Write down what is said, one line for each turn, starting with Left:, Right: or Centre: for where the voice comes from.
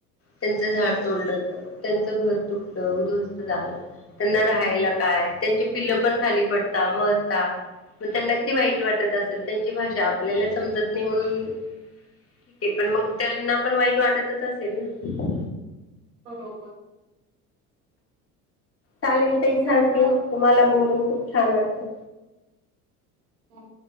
Left: त्यांचं झाड
Right: बरोबर.
Left: तोडलं होत त्यांचं घर.. तटलं उध्वस्त झालं त्यांना राहायला काय त्यांची पिल्ल पण खाली पडत मरता.. मग त्यांना किती वाईट वाटत असेल त्यांची भाषा आपल्याला समजत नाही म्हणून.. ठीक आहे पण मग त्यांना पण वाईट वाटतच असेल ना..
Right: बरोबर..
Left: चालेल
Right: आणि
Left: तही
Right: निसर्ग
Left: थँक यू तुम्हाला बोलून खूप छान वाटलं..
Right: हम्..